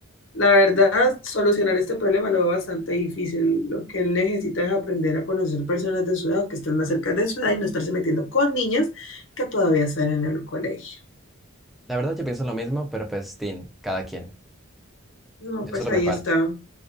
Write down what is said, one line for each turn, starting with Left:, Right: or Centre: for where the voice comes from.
Left: La verdad, solucionar este problema lo veo bastante difícil. Lo que él necesita es aprender a conocer personas de su edad o que estén más cerca de su edad y no estarse metiendo con niñas que todavía están en el colegio.
Centre: La verdad yo pienso lo mismo, pero pues tin, cada quien.
Left: No,
Centre: Yo
Left: pues
Centre: solo
Left: ahí
Centre: me parcho.
Left: está.